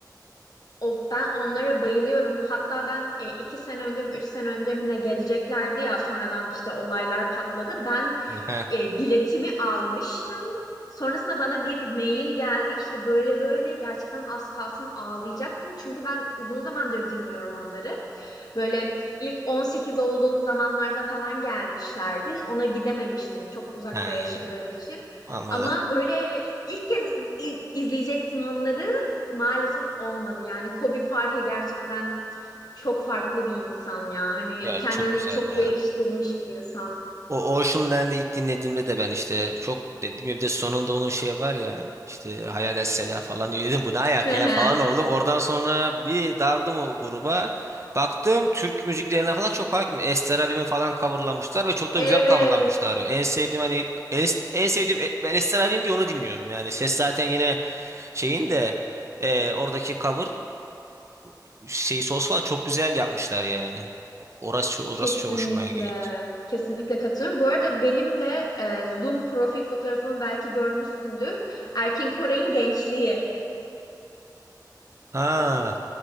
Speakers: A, on the left; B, on the right.
A: Of ben onlara bayılıyorum. Hatta ben e, iki sene önce mi üç sene önce mi ne geleceklerdi ya sonradan işte olaylar patladı. Ben
B: Aha.
A: e, biletimi almıştım. Sonrasında bana bir mail geldi işte böyle böyle gerçekten az kalsın ağlayacaktım. Çünkü ben uzun zamandır dinliyorum onları. Böyle ilk 18 olduğum zamanlarda falan gelmişlerdi. Ona gidememiştim çok uzakta
B: Ha,
A: yaşadığım için.
B: anladım.
A: Ama böyle ilk kez i- izleyecektim onları maalesef olmadı. Yani Kobe Farhi gerçekten çok farklı bir insan ya. Hani
B: Ya
A: kendini
B: çok güzel
A: çok
B: ya.
A: geliştirmiş bir insan.
B: O Ocean Land'i ilk dinlediğimde de ben işte çok dedim ya bir de sonunda onun şey var ya işte Hayal Sela falan diyor. dedim bu ne ayak
A: <laughs> Hı
B: ya
A: hı.
B: falan oldum. Oradan sonra bir daldım o gruba. Baktım Türk müziklerine falan çok hakim. Ester abimi falan coverlamışlar ve çok da
A: Evet,
B: güzel coverlamışlar. En sevdiğim hani en, en sevdiğim ben Ester abim diye onu dinliyorum. Yani ses zaten yine Şeyin de e, oradaki cover e, şey sos falan çok güzel yapmışlar yani. Orası orası
A: kesinlikle.
B: çok hoşuma gitti.
A: Kesinlikle katılıyorum. Bu arada benim de e, Zoom profil fotoğrafımı belki görmüşsündür. Erkin Koray'ın gençliği.
B: Ha.